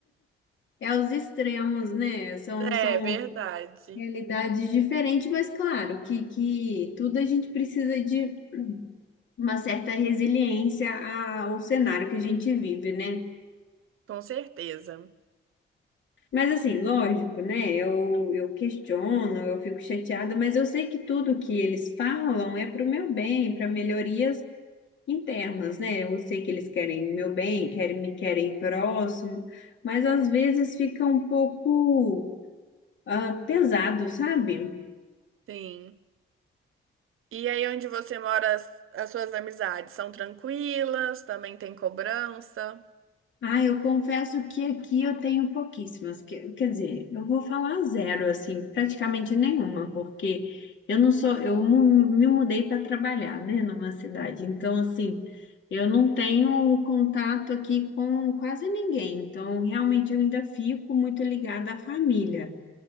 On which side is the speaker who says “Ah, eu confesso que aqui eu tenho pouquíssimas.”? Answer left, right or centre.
Left